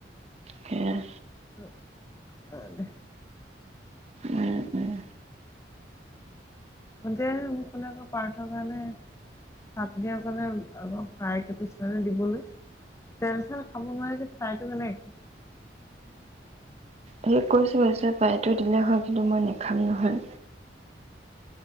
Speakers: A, on the right; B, on the left.
A: কিয়া হে?
B: উম অ দে।
A: উম উম
B: মন যেহে মোক কোনেক পাৰ ণে চাত দ কাৰণে আকৌ ফ্ৰাই কেে পিছে দিবলৈ তেল চল খাব নোৱাৰ যে ফ্ৰাই টো কেনেকে <unintelligible>
A: হয় কৰিছে গছে পাইটো দিলেই হয় কিন্তু মই নেখাম নহ'য়।